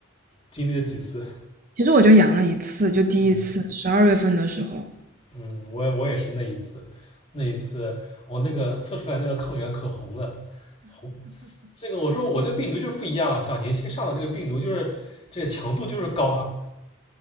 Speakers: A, on the left; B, on the right.
A: 经历了几次？
B: 其实我就阳了一次，就第一次十二月份的时候，
A: 嗯。嗯，我也我也是那一次，那一次我那个测出来那个抗原可红了，红，这个我说我这病毒就是不一样啊，小年轻上的这个病毒就是这个强度就是高啊，